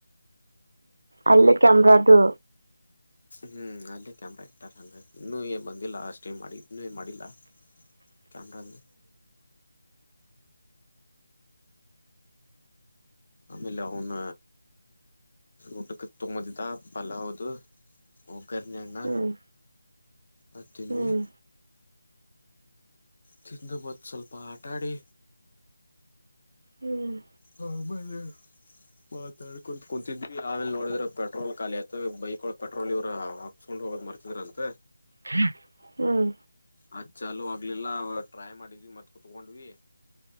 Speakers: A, on the right (about 70°); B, on the left (about 55°).
A: ಅಲ್ಲ ಕೆಮ್ರ ಅದು
B: ಹ್ಮ್ ಅಲ್ಲೇ ಕ್ಯಾಮ್ರಾ ಇಟ್ಟಾರ ಹಂಗ ಇನ್ನೂ ಏ ಬಂದಿಲ್ಲ ಅಷ್ಟೇ ಮಾಡಿ ಇನ್ನೂ ಮಾಡಿಲ್ಲ
A: ಹ
B: ಕ್ಯಾಮರದು ಆಮೇಲೆ ಅವನ ಊಟಕ್ಕೆ ತಮ್ಮದದಾ ಪಲಾವದು ಕರ್ನ್ನಣ್ಣ
A: ಹ್ಮ್
B: ಹತ್ತನ್ವಿ
A: ಹ್ಮ್
B: ತಿಂದು ಬತ್ತು ಸ್ವಲ್ಪ ಆಟಾಡಿ
A: ಹ್ಮ್
B: ಹ ಮೇಲೆ ಮಾತಾಡ್ಕ ಕುಂತಿದ್ವಿ ಆಮೇಲೆ ನೋಡಿದ್ರೆ ಪೆಟ್ರೋಲ್ ಖಿ ಆಯತ ಬೈಕ್ ಒಳ ಪೆಟ್ರೋಲ್ ಇವ್ರ ಹಾಕ್ಸ್ಕ ಹೋಗ್ ಮರ್ತಿದ್ರಂತೆ
A: ಹ್ಮ್
B: ಅ ಚಲ ಆಗ್ಲಿಲ್ಲ ಟ್ರೈ ಮಾಡಿದ್ವಿ ಮತ್ಕೂ ತಕೊಂಡ್ವಿ